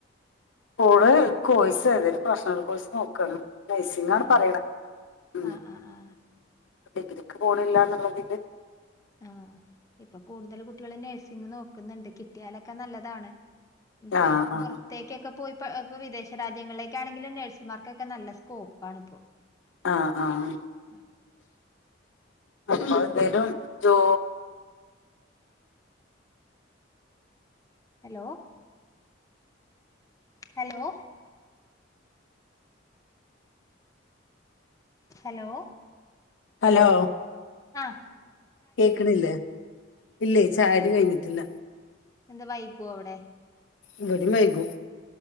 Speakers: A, on the left (about 80°); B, on the left (about 15°).
A: ഓള് കോഴ്സ് ഏതേലും പ്രഫഷനൽ കോഴ്സ് നോക്കാണ് നൈസിങ്ങ ആണ്
B: ആണോ
A: പറയണ ഉ
B: ആ ആ ആ
A: ഡിഗ്രിക്ക് പോണില്ല എന്നുള്ളതില്
B: ആഹ ഇപ്പൊ കൂടുതൽ കുട്ടികളും നഴ സിങ്ങ് നോക്കുന്നുണ്ട് കിട്ടിയാലൊക്കെ നല്ലതാണ് നമുക്ക്
A: ആ
B: ഇപ്പൊ
A: ആ
B: പുറത്തേക്കൊക്കെ പോയി ഇ ഇപ്പൊ വിദേശ രാജ്യങ്ങളിലേക്കാണെങ്കിലും നഴ്സുമാർക്കൊക്കെ നല്ല സ്കോപ്പ ആണ് ഇപ്പോ
A: ആഹ ആഹ
B: ആ.
A: <inaudible> ലും ജോ
B: ഹലോ ഹലോ ഹലോ
A: ഹലോ
B: ആഹ
A: കേക്കണില്ലേ ഇല്ലേ ചായടി
B: കേക്കുന്നുണ്ട്
A: കഴിഞ്ഞിട്ടില്ല
B: എന്താ വൈകുവ അവിടെ
A: ഇവടീം വൈകും